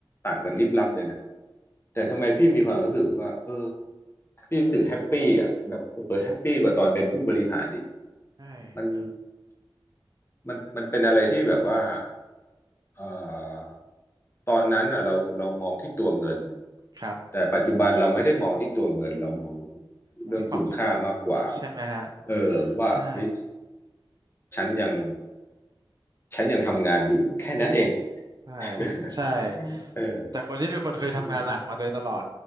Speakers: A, on the left; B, on the right.
A: ต่างกันลิบลับเลยนะแต่ทำไมพี่มีความรู้สึกว่าเออพี่รู้สึกแฮปปี้อ่ะแบบเปิดแฮปปี้กว่าตอนเป็นผู้บริหารดิ
B: ใช่
A: มันมันมันเป็นอะไรที่แบบว่าเอ่อตอนนั้นอ่ะเราเรามองที่ตัวเงิน
B: ครับ
A: แต่ปัจจุบันเราไม่ได้มองที่ตัวเงินเรามอง
B: มองที่ความสุข
A: เรื่องคุณค่ามากกว่า
B: ใช่ไหมฮะ
A: เออว่าเฮ้ย
B: ใช่
A: ฉันยังฉันยังทำงานอยู่แค่นั้นเอง
B: ใช่
A: <laughs>
B: ใช่
A: เออ
B: แต่คนที่เป็นคนเคยทำงานหลักมาโดยตลอด
A: อืม